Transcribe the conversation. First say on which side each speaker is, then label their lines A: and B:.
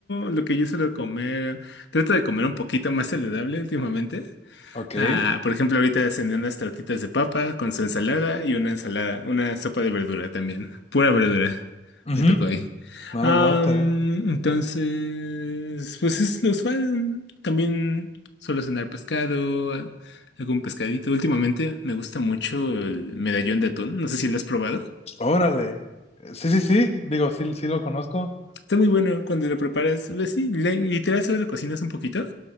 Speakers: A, on the left; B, on the left.
A: lo que yo suelo comer, trato de comer un poquito más saludable últimamente.
B: Ok.
A: Ah, por ejemplo, ahorita descendí unas tortitas de papa con su ensalada y una ensalada, una sopa de verdura también. Pura verdura.
B: Ujú.
A: Me tocó ahí.
B: No,
A: Am,
B: no, no, está bien.
A: entonces, pues es lo usual. mm, También suelo cenar pescado, a- algún pescadito. Últimamente me gusta mucho el medallón de atún. No sé si lo has probado.
B: Órale. Sí, sí, sí, digo, sí, sí lo conozco.
A: Está muy bueno cuando lo preparas, pues sí, le- literal solo lo cocinas un poquito,